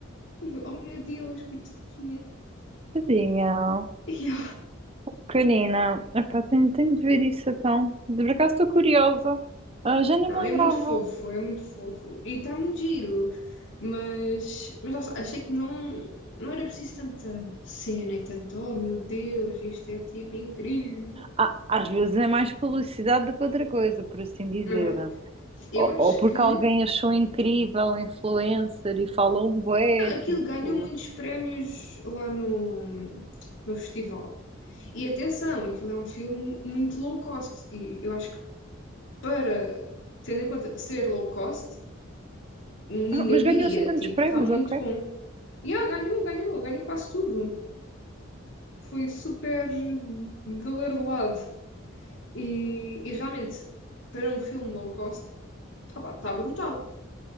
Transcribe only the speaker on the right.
Tadinha.
Pequenina. Epá, tenho, tenho de ver isso então. De por acaso estou curiosa. Ah, já nem
me lembrava.
Ah, às vezes é mais publicidade do que outra coisa, por assim dizer.
Ou,
ou porque
alguém achou incrível, um influencer, e falou um bué,
tipo...
Ah, Mas ganhou
assim tantos
prémios,
ok?